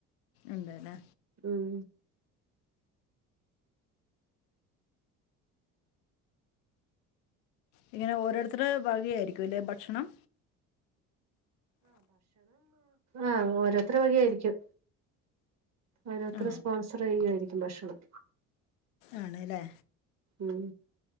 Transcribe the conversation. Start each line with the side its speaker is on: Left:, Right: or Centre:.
Left: അതലെ
Right: ഉം
Left: ഇങ്ങനെ ഓരോരുത്തരു വക ആയിരിക്കും അല്ലെ ഭക്ഷണം
Right: ആഹ ഓരോരുത്ത വകയയിരിക്കും ഓരോരുത്തരും
Left: ആ
Right: സ്പോൺസർ ചെയ്യുകായിരിക്കും ഭക്ഷണം.
Left: ആണല്ലേ
Right: ഉം